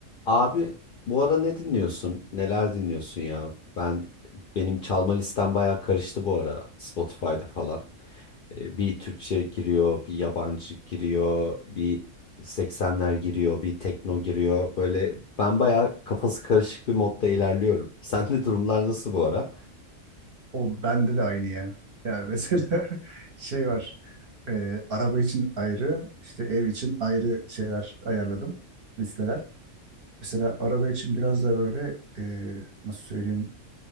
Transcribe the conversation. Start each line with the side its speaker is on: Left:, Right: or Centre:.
Left: Abi bu ara ne dinliyorsun? Neler dinliyorsun ya? Ben benim çalma listem bayağı karıştı bu ara Spotify'da falan. Ee, Bir Türkçe giriyor, bir yabancı giriyor, bir 80'ler giriyor, bir tekno giriyor. Böyle ben bayağı kafası karışık bir modda ilerliyorum. <laughs> Sende durumlar nasıl bu ara?
Right: O bende de aynı ya. Ya mesela <laughs> şey var. e, araba için ayrı, işte ev için ayrı şeyler ayarladım. Listeler. Mesela araba için biraz da böyle e, nasıl söyleyeyim